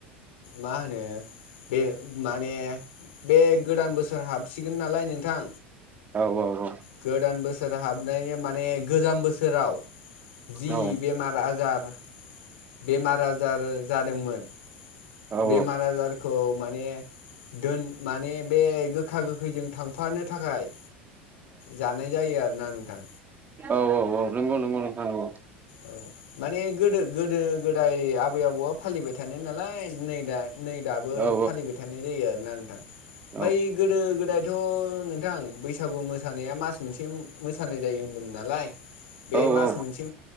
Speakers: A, on the left; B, on the right.
A: मा होनो बे माने बे गोदान बोसोर हाबसिगोन नालाय नोंथां
B: औ औ औ।
A: गोदान बोसोर हाबनायनि माने गोजाम बोसोराव जि
B: औ
A: बेमार आजार बेमार आजार जादोंमोन
B: औ
A: बेमार आजारखौ माने दोन माने बे गो गोखा गोखैजों थांफानो थाखाय जानाय जायो आरोना नोंथां।
B: औ औ औ नंगौ नंगौ नोंथां नंगौ।
A: औ माने गोदो गोदो गोदाय आबै आबौआ फालिबाय थानाय नालाय नै दा नै दाबो
B: औ
A: फालिबाय थानाय जायो आरोना नोंथां। ओमफ्राय
B: औ
A: गोदो गोदायथ' नोंथां बैसागु मोसानाया मास मोनसे मोसानाय जायो होनदों। नालाय बे
B: औ
A: मास
B: औ
A: मोनसे